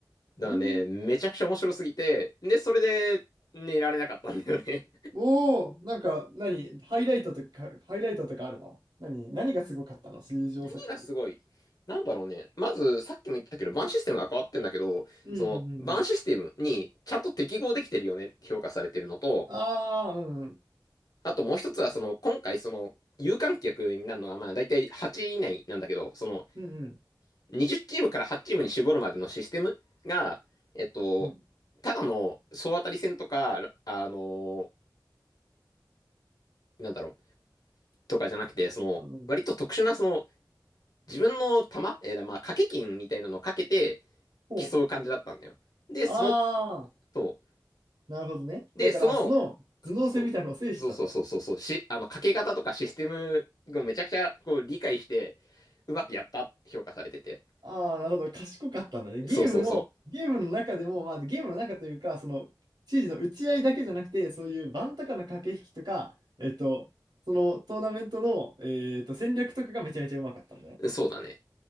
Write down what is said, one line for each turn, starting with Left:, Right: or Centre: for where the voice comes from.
Left: う。だからね、
Right: うん。
Left: めちゃくちゃ面白すぎて、で、それで寝られなかったんだよね。
Right: おお、なんか、何、ハイライトとか、ハイライトとかあるの何、何がすごかったの水上作って。
Left: 何がすごいなんだろうね。まず、さっきも言ったけど、バンシステムが変わってんだけど、
Right: うんうんうん。
Left: その、バンシステムにちゃんと適合できてるよねって評価されてるのと、
Right: ああ、うんうん。
Left: あともう一つは、その、今回、その、有観客になるのが、まあ、だいたい8位以内なんだけど、その、
Right: うんうん。
Left: 20チームから8チームに絞るまでのシステムが、えっと、
Right: うん。
Left: ただの総当たり戦とか、あの、なんだろう、とかじゃなくて、その、
Right: うん。
Left: 割と特殊な、その、自分の玉、えーまあ、掛け金みたいなのをかけて
Right: ほう。
Left: 競う感じだったんだよ。で、
Right: ああ、
Left: その、そ
Right: なるほどね。
Left: う。で、
Right: だから、
Left: その、
Right: その頭脳戦みたいなのを制したと。
Left: そう、そうそうそうそうそう、し、あの、かけ方とかシステムをめちゃくちゃこう理解して、うまくやったって評価されてて。
Right: ああ、なるほど。賢かったんだね。ゲームの、
Left: そうそうそ
Right: ゲームの中でも、まあ、ゲームの中というか、その、指示の打ち合いだけじゃなくて、そういう盤とかの駆け引きとか、えっと、そのトーナメントの、えっと、戦略とかがめちゃめちゃうまかったんだね。
Left: う。そうだね。